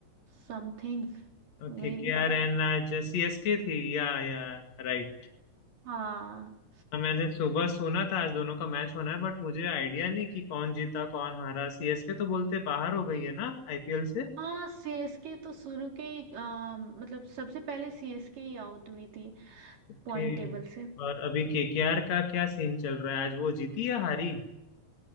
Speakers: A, on the right; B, on the left.
A: समथिंग
B: Okay
A: Maybe
B: K R N आज सीएसके थी या या राइट
A: हाँ
B: अच्छा मैंने सुबह सुना था आज दोनों का मैच होना है बट मुझे आइडिया नहीं कि कौन जीता कौन हारा सीएसके तो बोलते बाहर हो गई है ना आईपीएल से
A: हाँ सीएसके तो शुरू के ही अ, मतलब सबसे पहले सीएसके ही आउट हुई थी पॉइंट
B: के
A: टेबल से
B: और अभी केकेआर का क्या सीन चल रहा है आज वो जीती या हारी